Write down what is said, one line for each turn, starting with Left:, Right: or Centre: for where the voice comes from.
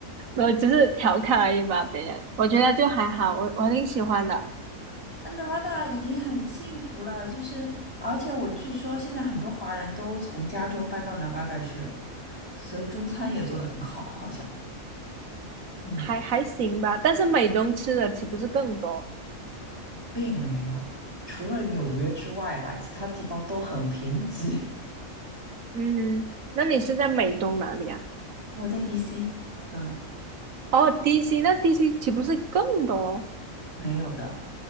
Right: 我只是调侃而已吧，别人我觉得就还好，我我挺喜欢的，
Left: 安达巴大已经很幸福了，就是而且我据说现在很多华人都从加州搬到南巴达去了，所以中餐也做得很好，好像。嗯，
Right: 还还行吧。但是美东吃的岂不是更多？
Left: 并没有，除了纽约之外吧，其他地方都很贫瘠。
Right: 嗯，那你是在美东哪里啊？
Left: <laughs> 我在 DC，嗯，
Right: 哦，DC，那 DC 岂不是更多？
Left: 没有的，